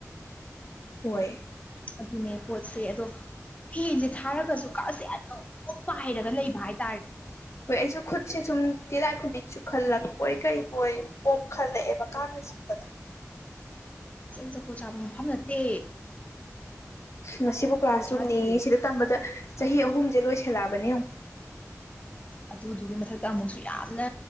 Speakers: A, on the left; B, on the left.
A: ꯍꯣꯏ
B: ꯑꯗꯨꯅꯦ ꯄꯣꯠꯁꯦ ꯑꯗꯣ ꯐꯦꯟꯁꯦ ꯊꯥꯔꯒꯁꯨ ꯀꯥꯁꯦ ꯑꯗꯨꯝ ꯄꯥꯏꯔꯒ ꯂꯩꯕ ꯍꯥꯏꯦ
A: ꯑꯩꯁꯨ ꯈꯠꯁ ꯆꯨꯝ ꯇꯤꯔꯥꯏꯈꯨꯝꯕꯤ ꯆꯨꯈꯠꯂꯛꯄꯣꯏ ꯀꯩ ꯃꯣꯏ ꯄꯣꯝꯈꯠꯂꯛꯑꯦꯕ ꯀꯥꯡꯅ ꯆꯤꯛꯄꯗ
B: ꯖꯒꯨ ꯆꯥꯕ ꯃꯐꯝ ꯅꯠꯇꯦ
A: ꯉꯕꯨ ꯀ꯭ꯂꯥꯁꯔꯨꯝꯅꯤ
B: ꯖꯒꯣꯠ ꯆꯥꯗꯦ
A: ꯁꯤꯗ ꯇꯝꯕꯗ ꯆꯍꯤ ꯑꯍꯨꯝꯁꯦ ꯂꯣꯏꯁꯜꯂꯛꯑꯕꯅꯦ ꯑꯃꯨ <unintelligible>
B: ꯑꯗꯨꯗꯨꯒꯤ ꯃꯊꯛꯇ ꯑꯃꯨꯛꯁꯨ ꯌꯥꯝꯅ